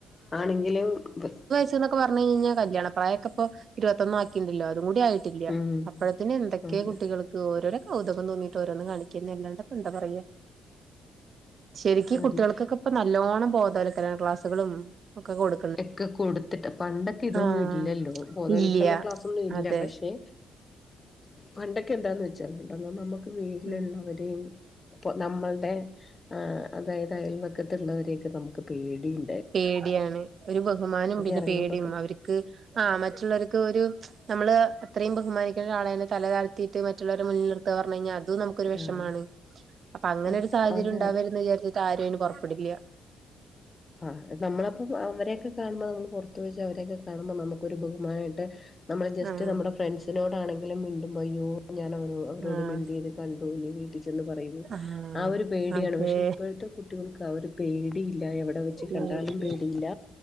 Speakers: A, on the left (about 25°); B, on the right (about 50°).
A: ആണെങ്കിലും <unintelligible>
B: ന്നൊക്കെ പറഞ്ഞ്ഴിഞ്ഞാ കല്ല്യാണ പ്രായൊക്കപ്പൊ ഇരുവത്തൊന്നാക്കിണ്ടല്ലോ അതും കൂടി ആയി ട്ടില്ല
A: ഉം
B: അപ്പഴത്തിന് എന്തൊക്കെയ
A: അതെ
B: കുട്ടികൾക്ക് ഓരോര കൗതുക്കം തോന്നിട്ട് ഓരോന്നും കാണിക്കെന്ന അല്ലാണ്ടപ്പന്താ പറിയാ ശരിക്ക്
A: വലിയ
B: കുട്ടിയൾക്കൊക്കെ ഇപ്പ നല്ലോണം ബോതവൽക്കരണ ക്ലാസ്സുകളും ഒക്കെ കൊട്
A: എക്കെ കൊടുത്തിട്ട് പണ്ടെക്കെ ഇതൊന്നും
B: ആഹ്
A: ഇല്ലല്ലോ ബോധവൽക്കരണ
B: ഇല്ല്യ
A: ക്ലാസ്സൊന്നും ഇല്ല
B: അതെ
A: പക്ഷെ പണ്ടക്കെ എന്താന്ന് വെച്ചാല് ഇണ്ടല്ലോ നമുക്ക് വീട്ടിലുള്ളവരെയും
B: ഉം
A: ഇപ്പ നമ്മൾടെ ആഹ് അതായത് അയൽവക്കത്ത്ള്ളവരെയൊക്കെ നമുക്ക് പേടിം
B: പേടിയാണ് ഒരു ബഹുമാനം പിന്നെ
A: ഇറങ്ങുമ്പോക്കെ
B: പേടിം അവരിക്ക് ആഹ് മറ്റുള്ളവർക്ക് ഒരു നമ്മള് അത്രയും ബഹുമാനിക്കുന്നരാളെലെ തല താഴ്ത്തീട്ട് മറ്റുള്ളവരെ മുന്നിൽ നിർത്താ പറഞ്ഞഴിഞ്ഞാ അതും നമു ക്കൊരു വെഷമാണ്
A: ആഹ്
B: അപ്പ അങ്ങനെ
A: അപ്പ
B: ഒരു സാഹചര്യം
A: അത്
B: ഉണ്ടാവരുത് ന്നു വിചാരിച്ചിട്ട് ആരും അയിന് പുറപ്പെടില്ല്യ
A: ആഹ് നമ്മളപ്പം അവരൊക്കെ കാണുമ്പോ നമ്മൾ പുറത്ത് വെച്ച അവരൊക്കെ കാണുമ്പോ നമുക്കൊരു ബഹുമാനണ്ട് നമ്മള് ജസ്റ്റ്
B: ആഹ്
A: നമ്മുടെ ഫ്രണ്ട്സിനോടാണെങ്കിലും മീണ്ടുംബയ്യോ ഞാനവരോ അവരോട്
B: ആഹ്
A: മിണ്ടിയത് കണ്ടു ഇഞ്ഞ് വീട്ടിൽ ചെന്ന് പറയുവോ
B: ആഹ്
A: ആ ഒരു പേടിയാണ്
B: അതെ
A: പക്ഷെ ഇപ്പഴത്തെ കുട്ടികൾക്ക് ആ ഒരു പേടി ഇല്ല എവിടെ വെച്ചു
B: പേടിയാ
A: കണ്ടാലും പേടയില്ല